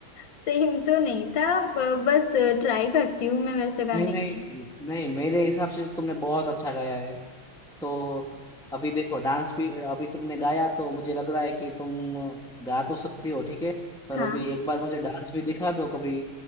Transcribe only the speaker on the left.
सेम तो नहीं था ब- बस ट्राई करती हूँ मैं वैसे गाने
की
हाँ